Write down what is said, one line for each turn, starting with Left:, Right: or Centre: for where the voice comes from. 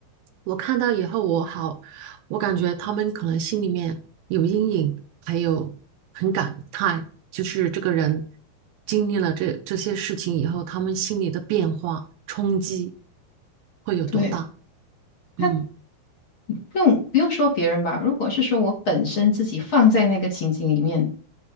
Right: 我看到以后我好，我感觉他们可能心里面有阴影，还有很感叹，就是这个人经历了这这些事情以后，他们心里的变化冲击会有多大？
Left: 对，他
Right: 嗯
Left: 不用不用说别人吧，如果是说我本身自己放在那个情景里面。